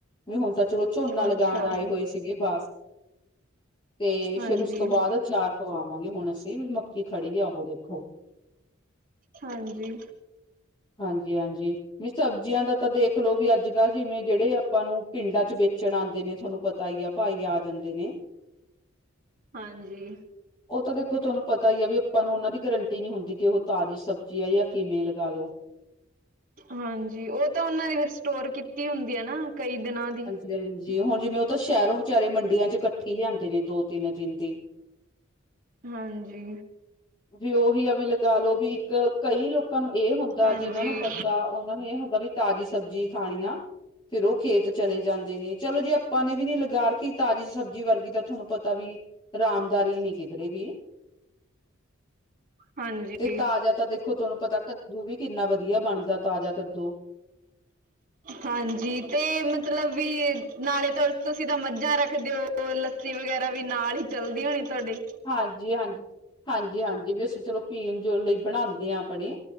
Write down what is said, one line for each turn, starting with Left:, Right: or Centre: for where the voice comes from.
Left: ਵੀ ਹੁਣ ਤਾਂ ਚਲੋ ਝੋਨਾ ਲਗਾਉਣ
Right: ਅੱਛਾ
Left: ਆਏ ਹੋਏ ਸੀਗੇ ਘਰ ਤੇ
Right: ਹਾਂਜੀ
Left: ਫੇਰ ਉਸ ਤੋਂ ਬਾਅਦ ਅਚਾਰ ਪਵਾਵਾਂਗੇ ਹੁਣ ਅਸੀਂ ਵੀ, ਮੱਕੀ ਖੜੀ ਏ ਔਹ ਦੇਖੋ
Right: ਹਾਂਜੀ।
Left: ਹਾਂਜੀ-ਹਾਂਜੀ। ਵੀ ਸਬਜ਼ੀਆਂ ਦਾ ਤਾਂ ਦੇਖਲੋ ਵੀ ਅੱਜ ਕੱਲ੍ਹ ਜਿਵੇਂ ਜਿਹੜੇ ਆਪਾਂ ਨੂੰ, ਪਿੰਡਾਂ ਚ ਵੇਚਣ ਆਉਂਦੇ ਨੇ ਤੁਹਾਨੂੰ ਪਤਾ ਹੀ ਏ ਭਾਈ ਆ ਜਾਂਦੇ ਨੇ
Right: ਹਾਂਜੀ।
Left: ਉਹ ਤਾਂ ਦੇਖੋ ਤੁਹਾਨੂੰ ਪਤਾ ਹੀ ਆ ਵੀ ਆਪਾਂ ਨੂੰ ਉਹਨਾਂ ਦੀ ਗਰੰਟੀ ਨਹੀਂ ਹੁੰਦੀ, ਕਿ ਉਹ ਤਾਜ਼ੀ ਸਬਜ਼ੀ ਆ ਜਾਂ ਕਿਵੇਂ ਲਗਾ ਲੋ
Right: ਹਾਂਜੀ, ਉਹ ਤਾਂ ਉਹਨਾਂ ਨੇ ਫਿਰ ਸਟੋਰ ਕੀਤੀ ਹੁੰਦੀ ਹੈ ਨਾ। ਕਈ ਦਿਨਾਂ ਦੀ
Left: ਹਾਂਜੀ, ਹੁਣ ਜਿਵੇਂ ਉਹ ਤਾਂ ਸ਼ਹਿਰੋਂ ਵਿਚਾਰੇ ਮੰਡੀਆਂ 'ਚ ਇਕੱਠੀ ਲਿਆਂਦੇ ਨੇ ਦੋ-ਤਿੰਨ ਦਿਨ ਦੀ
Right: ਹਾਂਜੀ।
Left: ਵੀ ਉਹੀ ਆ ਵੀ ਲਗਾ ਲੋੋ ਵੀ ਇੱਕ, ਕਈ ਲੋਕਾਂ ਨੂੰ ਇਹ ਹੁੰਦਾ
Right: ਹਾਂਜੀ
Left: ਜਿਹਨਾਂ ਨੂੰ ਪਤਾ ਉਹਨਾਂ ਨੂੰ ਇਹ ਹੁੰਦਾ ਵੀ ਤਾਜ਼ੀ ਸਬਜ਼ੀ ਖਾਣੀ ਆ ਫੇਰ ਉਹ ਖੇਤ ਚਲੇ ਜਾਂਦੇ ਨੇ। ਚਲੋ ਜੇ ਆਪਾਂ ਨੇ ਵੀ ਨੀ ਲਗਾ ਰਖੀ, ਤਾਜ਼ੀ ਸਬਜ਼ੀ ਵਰਗੀ ਤਾਂ ਤੁਹਾਨੂੰ ਪਤਾ ਵੀ ਅਰਾਮਦਾਰੀ ਨੀ ਕਿਧਰੇ ਵੀ
Right: ਹਾਂਜੀ
Left: ਤੇ ਤਾਜ਼ਾ ਤਾਂ ਦੇਖੋ, ਤੁਹਾਨੂੰ ਪਤਾ ਕੱਦੂ ਵੀ ਕਿੰਨਾ ਵਧੀਆ ਬਣਦਾ ਤਾਜ਼ਾ ਕੱਦੂ
Right: ਹਾਂਜੀ ਤੇ, ਮਤਲਬ ਵੀ ਨਾਲੇ ਤਾਂ ਤੁਸੀਂ ਤਾਂ ਮੱਝਾਂ ਰੱਖਦੇ ਹੋ ਹੋਰ ਲੱਸੀ ਵਗੈਰਾ ਵੀ ਨਾਲ ਹੀ ਚੱਲਦੀ ਹੋਣੀ ਤੁਹਾਡੇ
Left: ਹਾਂਜੀ -ਹਾਂਜੀ, ਹਾਂਜੀ -ਹਾਂਜੀ ਵੀ ਅਸੀ ਚਲੋ ਪੀਣ ਜੋ ਲਈ ਬਣਾਂਦੇ ਆਂ ਆਪਣੀ।